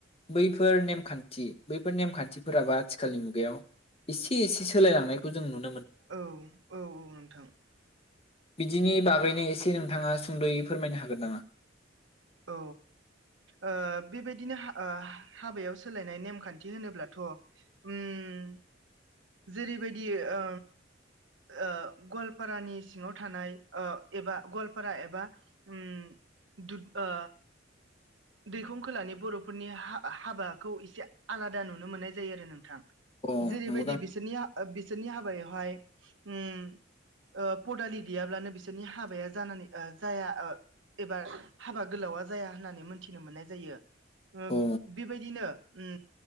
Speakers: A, on the left; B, on the right.
A: बैफोर नेमखान्थि बैफोर नेमखान्थिफोराबो आथिखालनि मुगायाव एसे एसे सोलायलांनायखौ जों नु
B: औ औ औ नोंथां।
A: बिदिनि बागैनो एसे नोंथाङा सुंद'यै फोरमायनो हागोन नामा?
B: औ। ओ बेबायदिनो आ हाबायाव सोलायनाय नेमखान्थि होनोब्लाथ' उम ओम जेरैबायदि ओ ओ गवालपारानि सिङाव थानाय ओ एबा गवालपारा एबा उम दुद ओ दैखं खोलानि बर'फोरनि हा-हाबाखौ एसे आलादा नुनो मोननाय जायो आरो नोंथां।
A: अ
B: जेरैबायदि
A: नंगौदा
B: बिसोरनि बिसोरनि हाबायावहाय उम ओ पदालि गैयाब्लानो बिसोरनि हाबाया जानानै ओ जाया ओ एबा हाबा गोलावा जाया होननानै मोनथिनो मोननाय जायो। ओ
A: अ
B: बेबायदिनो उम